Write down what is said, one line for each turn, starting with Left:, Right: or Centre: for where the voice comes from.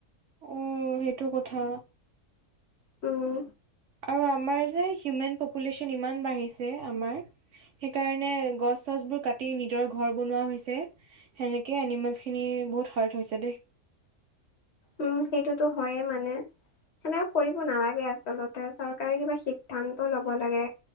Right: অ, সেইটো কথা।
Left: উম
Right: আৰু আমাৰ যে হিউমেন পপুলেশ্যন ইমান বাঢ়িছে, আমাৰ। সেইকাৰণে গছ-চছবোৰ কাটি নিজৰ ঘৰ বনোৱা হৈছে। সেনেকেই এনিমেলছখিনি বহুত হাৰ্ট হৈছে দেই।
Left: উম, সেইটোতো হয়য়ে মানে। সেনেকুৱা কৰিব নালাগে আচলতে, চৰকাৰে কিবা সিদ্ধান্ত ল'ব লাগে।